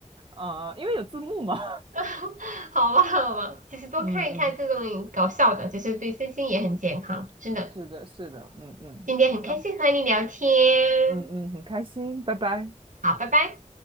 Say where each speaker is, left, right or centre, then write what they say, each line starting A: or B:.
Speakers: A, on the right; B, on the right.
A: 啊，因为有字幕嘛，
B: <laughs> 好吧好吧，其实多看一看这种搞笑的，
A: <laughs> 嗯嗯，
B: 就是对身心也很健康，真的。
A: 是的，是的，嗯嗯，
B: 今天很开心和你聊天，
A: 好嗯嗯，很开心，拜拜。
B: 好，拜拜。